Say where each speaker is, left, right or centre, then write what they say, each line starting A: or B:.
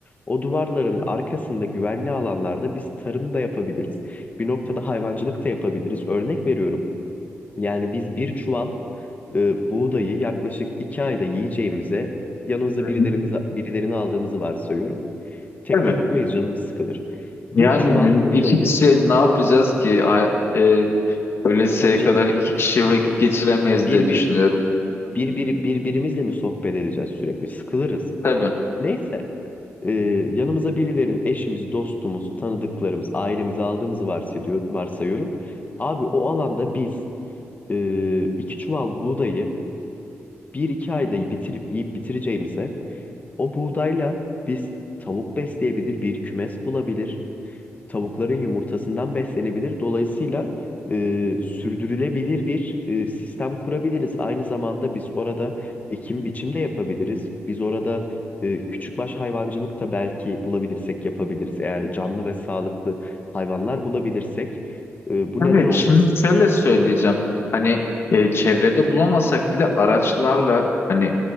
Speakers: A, on the left; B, on the left.
A: O duvarların
B: Hı
A: arkasında güvenli alanlarda biz tarım da yapabiliriz. Bir noktada hayvancılık da yapabiliriz. Örnek veriyorum. Yani biz bir çuval e, buğdayı yaklaşık iki ayda yiyeceğimize yanımıza
B: hı.
A: birilerimize, birilerini aldığımızı varsayıyorum. Tekke
B: Tabii.
A: gitmeyiz canımız sıkılır. Bir
B: Yani
A: çuval buğdayı
B: iki kişi ne yapacağız ki? Ha- E, ölesiye
A: tabii canım
B: kadar iki kişi vakit geçiremeyiz
A: bir,
B: diye düşünüyorum.
A: bir, bir, bir- birbirimizle mi sohbet edeceğiz sürekli sıkılırız.
B: Tabii.
A: Neyse e, yanımıza birilerin eşimiz, dostumuz, tanıdıklarımız, ailemizi aldığımızı varsediyor, varsayıyorum. Abi o alanda biz e, iki çuval buğdayı bir iki ayda bitirip yiyip bitireceğimize O buğdayla biz tavuk besleyebilir, bir kümes bulabilir, tavukların yumurtasından beslenebilir. Dolayısıyla e, sürdürülebilir bir e, sistem kurabiliriz. Aynı zamanda biz orada ekim biçim de yapabiliriz. Biz orada e, küçükbaş hayvancılık da belki bulabilirsek yapabiliriz. Eğer canlı ve sağlıklı hayvanlar bulabilirsek e, bu
B: Tabii
A: neden olmasın?
B: şimdi şöyle söyleyeceğim. Hani e, çevrede bulamasak bile araçlarla hani